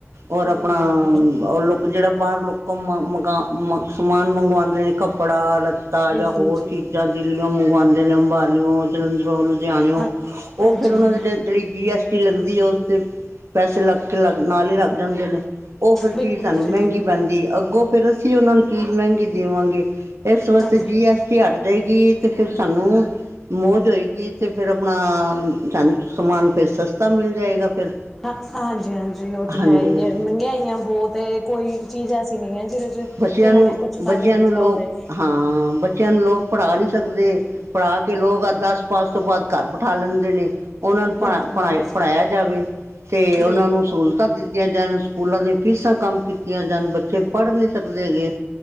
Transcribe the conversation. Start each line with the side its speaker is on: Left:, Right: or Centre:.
Right: ਔਰ
Centre: ਹਾਂਜੀ
Right: ਆਪਣਾ
Centre: ਹਾਂਜੀ
Right: ਉਹਰ ਲੋਕ ਜਿਹੜਾ ਬਾਹਰ ਲੋਕਾਂ ਮ ਮਕਾ ਮ ਸਮਾਨ ਮੰਗਵਾਂਦੇ ਨੇ ਕੱਪੜਾ ਲ ਤਾਜ਼ਾ
Centre: ਬਿਲਕੁਲ
Right: ਹੋਰ
Centre: ਜੀ
Right: ਚੀਜ਼ਾਂ ਦਿੱਲੀਓ ਮੰਗਵਾਂਦੇ ਨੇ ਅੰਬਾਲਿਓ ਜਲੰਧਰੋ ਲੂ ਦਾਓ
Centre: ਹਾਂ
Right: ਉਹ
Centre: ਹਾਂਜੀ
Right: ਫੇਰ ਉਹਨਾ ਦੀ ਜਿਹੜੀ ਜੀ ਐਸ ਟੀ ਲੱਗਦੀ ਓ ਤੇ ਪੈਸੇ ਲੱਗ ਕੇ ਲੱਗ ਨਾਲ ਹੀ ਲੱਗ ਜਾਂਦੇ ਨੇ ਉਹ ਫਿਰ
Centre: ਬਿਲਕੁਲ
Right: ਚੀਜ਼ ਸਾਨੂੰ
Centre: ਜੀ
Right: ਮਹਿੰਗੀ ਪੈਂਦੀ ਅੱਗੋਂ ਫਿਰ ਅਸੀਂ ਉਹਨਾਂ ਨੂੰ ਚੀਜ਼ ਮਹਿੰਗੀ ਦੇਵਾਂਗੇ ਇਸ ਵਾਸਤੇ
Centre: ਹਾਂਜੀ
Right: ਜੀ ਐੱਸ ਟੀ ਹਟ ਜਾਏਗੀ ਤੇ ਫਿਰ ਸਾਨੂੰ ਮੌਜ ਹੋਏਗੀ ਤੇ ਫੇਰ ਆਪਣਾ ਸਾਨੂੰ ਸਮਾਨ ਫਿਰ ਸਸਤਾ ਮਿਲ ਜਾਏਗਾ। ਫਿਰ
Centre: ਹਾਂ ਹਾਂਜੀ ਹਾਂਜੀ ਉਹ ਤਾਂ
Right: ਹਾਂਜੀ
Centre: ਹੈ ਹੀ ਹੈ ਮਹਿੰਗਾਈਆਂ ਬਹੋਤ ਏ ਕੋਈ ਚੀਜ਼ ਐਸੀ ਨਹੀਂ ਹੈ ਜਿਹਦੇ ਚ
Right: ਬੱਚਿਆਂ
Centre: ਇਹਨਾਂ
Right: ਨੂੰ
Centre: ਨੇ ਕੁੱਛ <unintelligible>
Right: ਬੱਚਿਆਂ
Centre: ਕੀਤਾ
Right: ਨੂੰ ਲੋਕ
Centre: ਹੋਵੇ।
Right: ਹਾਂ ਬੱਚਿਆਂ ਨੂੰ ਲੋਕ ਪੜ੍ਹਾ ਨਹੀਂ ਸਕਦੇ ਪੜ੍ਹਾ ਕਿ ਲੋਕ ਆ ਦਸ ਪਾਸ ਤੋਂ ਬਾਅਦ ਘਰ ਬਠਾ ਲੈਂਦੇ ਨੇ ਉਹਨਾਂ ਨੂੰ ਪ
Centre: ਹਾਂਜੀ
Right: ਪਣਾ ਪੜ੍ਹਾਇਆ ਜਾਵੇ ਤੇ ਉਹਨਾਂ
Centre: ਬਿਲਕੁਲ
Right: ਨੂੰ ਸੂਲ ਦਿੱਤੀਆਂ ਜਾਨ ਸਕੂਲਾਂ ਦੀ ਫੀਸਾਂ ਕੰਮ ਕੀਤੀਆਂ ਜਾਨ ਬੱਚੇ ਪੜ੍ਹ ਨੀ ਸਕਦੇ ਹੈਗੇ